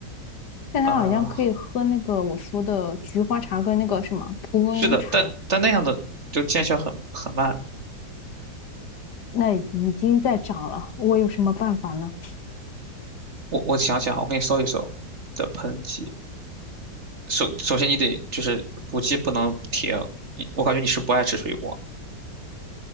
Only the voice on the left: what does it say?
但它好像可以喝那个我说的菊花茶跟那个什么蒲公英茶，
那已经在涨了，我有什么办法呢？